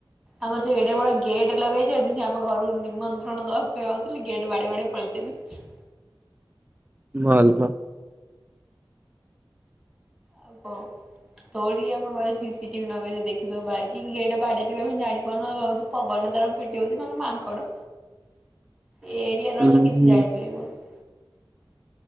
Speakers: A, in the centre; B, on the right (about 20°).
A: ଆମର ଯୋଉ ଏଡେ ବଡ ଗେଟ ଲଗେଇଛନ୍ତି ସେ ଆମ ଘରୁ ନିମନ୍ତ୍ରଣ ଦବା ପାଇଁ ଆଉଥିଲେ ଗେଟ୍ ବାଡେଇ ବାଡେଇ ପଳେଇଛନ୍ତି।
B: ଭଲ।
A: ଆଉ କଣ? ତୋଳିକି ଆମ ଘରେ ସିସିଟିଭି ଲଗେଇଛୁ ଦେଖି ଦଵୁ ବାରିକି ଗେଟ ବାଡେଇଦେଲେ ଆମେ ଜାଣି ପାରୁନାଉ ଆମେ ଭାବୁଛୁ ପବନ ଦ୍ୱାରା ପିଟିହେଉଛି କି ନହେଲେ ମାଙ୍କଡ ଏ ଏରିଆ ରହିଲେ
B: ହୁଁ
A: କିଛି
B: ହୁଁ
A: ଜାଣିପାରିବୁନି।